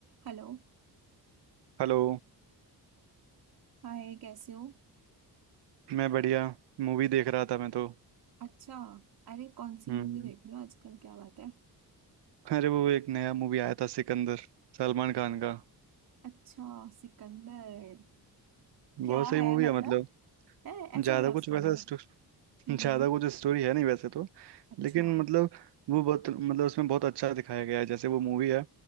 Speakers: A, on the right (about 60°); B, on the right (about 80°).
A: Hello
B: Hello
A: Hi कैसे हो
B: मैं बढ़िया Movie देख रहा था मैं तो
A: अच्छा अरे कौन सी
B: हम्म
A: मूवी देख रहे हो आजकल क्या बात है
B: अरे वो एक नया मूवी आया था सिकंदर सलमान खान का
A: अच्छा सिकंदर
B: बहुत
A: क्या
B: सही
A: है
B: मूवी
A: मतलब
B: है मतलब
A: है ऐसा
B: ज्यादा
A: क्या है
B: कुछ
A: उसके
B: वैसा
A: अंदर
B: स्टो- <laughs>
A: हम्म
B: ज्यादा
A: हम्म
B: कुछ स्टोरी है नहीं वैसे तो
A: अच्छा
B: लेकिन मतलब वो बहुत मतलब उसमें बहुत अच्छा दिखाया गया है जैसे वो मूवी है